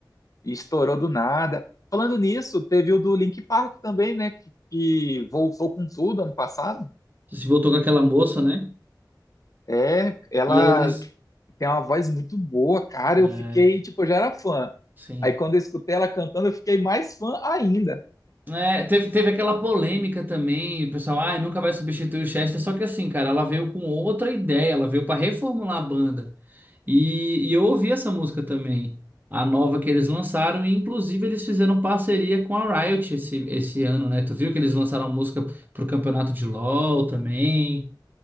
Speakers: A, on the left; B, on the right.
A: e estourou do nada. Falando nisso, teve o do Link Park também, né? Que, que voltou com tudo ano passado.
B: se voltou com aquela moça, né?
A: É, ela
B: E aí eles.
A: tem uma voz muito boa, cara.
B: É,
A: Eu fiquei, tipo, eu já era fã.
B: sim.
A: Aí quando eu escutei ela cantando, eu fiquei mais fã ainda.
B: É, teve, teve aquela polêmica também, o pessoal, ah, nunca vai substituir o Chester, só que assim, cara, ela veio com outra ideia, ela veio pra reformular a banda. E, e eu ouvi essa música também, a nova que eles lançaram, e inclusive eles fizeram parceria com a Riot esse, esse ano, né? Tu viu que eles lançaram a música pro campeonato de LoL também?